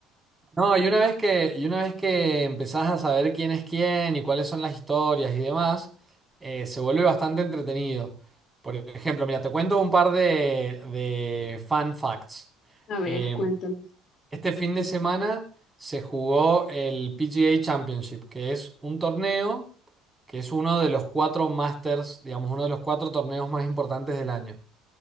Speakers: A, on the right (about 15°); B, on the left (about 50°).
A: No, y una vez que, y una vez que empezás a saber quién es quién y cuáles son las historias y demás, eh, se vuelve bastante entretenido. Por ejemplo, mira, te cuento un par de, de fun facts.
B: A
A: Eh,
B: ver, cuéntame.
A: este fin de semana se jugó el PGA Championship, que es un torneo que es uno de los cuatro Masters, digamos, uno de los cuatro torneos más importantes del año.